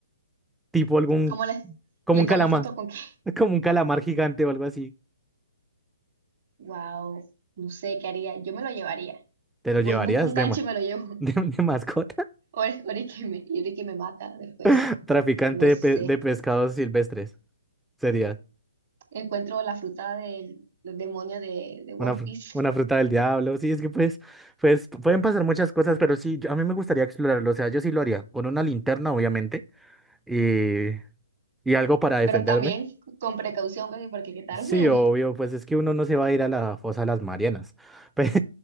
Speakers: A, in the centre; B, on the right.
A: tipo algún,
B: ¿Cómo le,
A: como
B: le
A: un
B: tomo
A: calamar,
B: foto con qué?
A: <laughs> como un calamar gigante o algo así?
B: Wow, no sé qué haría. Yo me lo llevaría.
A: ¿Te lo
B: Voy,
A: llevarías
B: busco un
A: de,
B: canche
A: ma-
B: y me lo llevo. <laughs>
A: <laughs> de, de mascota?
B: Ahora ahora es que me, y ahora es que me mata después.
A: <laughs> Traficante
B: No
A: de,
B: sé.
A: pe- de pescados silvestres. Sería
B: Encuentro la fruta del, del demonio de, de One
A: una, fru-
B: Piece.
A: una fruta del diablo. Sí, es que pues, pues pueden pasar muchas cosas, pero sí, yo- a mí me gustaría explorarlo. O sea, yo sí lo haría. Con una linterna, obviamente. Y, y algo para defenderme.
B: Pero también con precaución, pues, porque qué tal.
A: Sí,
B: Hmm.
A: obvio, pues es que uno no se va a ir a la fosa de las Marianas. <laughs> Pues,